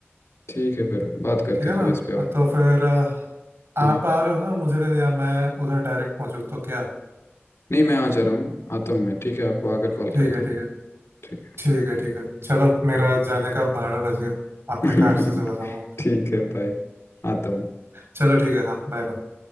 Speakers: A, on the left; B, on the right.
A: ठीक है फिर बात करते
B: ठीक है
A: हैं
B: ना
A: कभी इस पे
B: अ,
A: और
B: तो फिर अ, आप
A: हम्म,
B: आ रहे हो ना मुझे लेने या मैं उधर डायरेक्ट पहुंचू तो क्या
A: नहीं मैं आ जा रहा हूँ आता हूँ मैं ठीक है आपको आकर कॉल
B: ठीक
A: करता
B: है ठीक
A: हूँ
B: है
A: ठीक
B: ठीक है ठीक है चलो मेरा जाने का भाड़ा बच गया आपके
A: है
B: कार से चला
A: <laughs>
B: जाऊंगा
A: ठीक है बाय आता हूँ
B: <laughs> चलो ठीक है हाँ बाय बाय